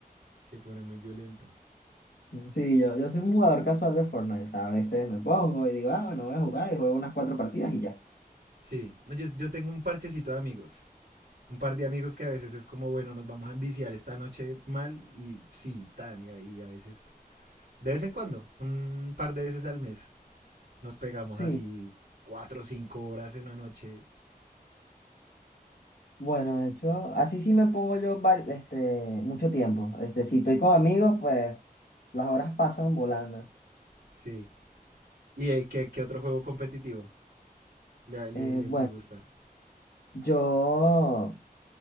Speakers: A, on the right; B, on the left.
A: Se pone muy violento.
B: Sí, yo, yo soy un jugador casual de Fortnite. o sea, a veces me pongo y digo, ah, bueno, voy a jugar y juego unas cuatro partidas y ya.
A: Sí, no, yo, yo tengo un parchecito de amigos. Un par de amigos que a veces es como, bueno, nos vamos a enviciar esta noche mal. Y sí, tan, y a, y a veces, de vez en cuando, un par de veces al mes, nos pegamos
B: Sí.
A: así cuatro o cinco horas en una noche.
B: Bueno, de hecho, así sí me pongo yo vari- este, mucho tiempo. Este, si estoy con amigos, pues las horas pasan volando.
A: Sí. ¿Y eh, ¿qué, qué otro juego competitivo le, le,
B: Eh,
A: le,
B: bueno,
A: le gusta?
B: yo,